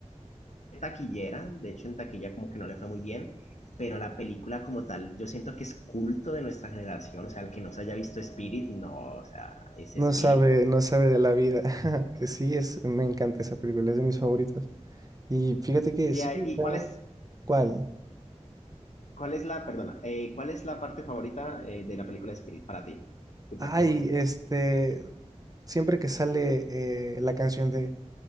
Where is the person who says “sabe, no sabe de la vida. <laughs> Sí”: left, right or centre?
Right